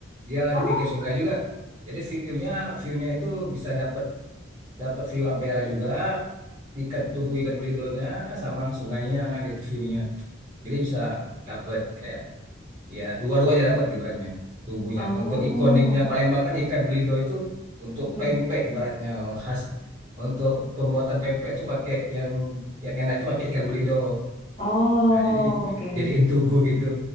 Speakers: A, on the right; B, on the left.
A: ya
B: Oh,
A: di pinggir sungai juga. Jadi view-nya view-nya itu bisa dapat dapat view Ampera juga ikan Tugu ikan belidonya sama sungainya gitu view-nya. Jadi bisa dapat kayak ya dua-duanya dapat ibaratnya tubuhnya
B: oh.
A: untuk ikoniknya Palembang kan ikan belido itu untuk
B: Mm-mm.
A: pempek ibaratnya oh, khas untuk pembuatan pempek itu pakai yang yang enak itu pakai ikan belido
B: Oh,
A: nah jadi
B: oke.
A: jadiin tugu gitu